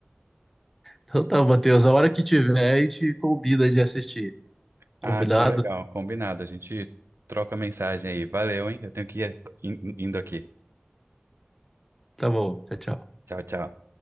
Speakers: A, in the centre; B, on the right (about 85°).
A: Então tá, Matheus, a hora que tiver, a gente combina de assistir. Combinado?
B: Ah, que legal. Combinado. A gente troca mensagem aí. Valeu, hein? Eu tenho que ir in- indo aqui.
A: Tá bom, tchau, tchau.
B: Tchau, tchau.